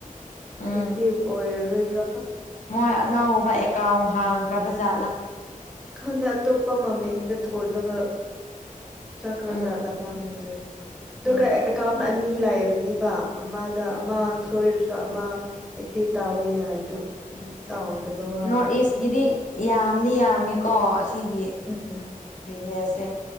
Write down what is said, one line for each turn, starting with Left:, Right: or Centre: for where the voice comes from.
Left: ꯎꯝ
Centre: ꯑꯦꯛꯇꯤꯕ ꯑꯣꯔꯔꫭꯏꯗ꯭ꯔꯣ
Left: ꯃꯣꯏ ꯑꯅꯧꯕ ꯑꯦꯀꯥꯎꯟ ꯍꯥꯡꯈ꯭ꯔꯕ ꯖꯥꯠꯂꯥ
Centre: ꯈꯪꯗꯦ ꯑꯇꯣꯞꯄ ꯃꯃꯤꯡꯗ ꯊꯣꯜꯂꯒ ꯆꯠꯈ꯭ꯔ
Left: ꯎꯝ
Centre: ꯖꯥꯠꯂꯥ ꯈꯪꯗ꯭ꯔꯦ ꯑꯗꯨꯒ
Left: ꯎꯝ
Centre: ꯑꯦꯀꯥꯎꯟ ꯑꯅꯤ ꯂꯩꯕꯅꯤꯕ ꯑꯃꯗ
Left: ꯎꯝ
Centre: ꯑꯃ ꯁꯣꯏꯔꯁꯨ ꯑꯃ ꯑꯦꯛꯇꯤꯕ ꯇꯧꯕ ꯌꯥꯏ ꯑꯗꯨ ꯑꯗꯨꯁꯨ
Left: ꯎꯝ
Centre: ꯇꯥꯎꯗꯕ ꯋꯥꯅꯤꯗ
Left: ꯅꯣꯔꯠ ꯏꯁꯒꯤꯗꯤ ꯌꯥꯝꯗꯤ ꯌꯥꯝꯃꯤꯀꯣ ꯑꯁꯤꯒꯤ
Centre: ꯎꯝ
Left: ꯕꯤꯖꯤꯅꯦꯁꯁꯦ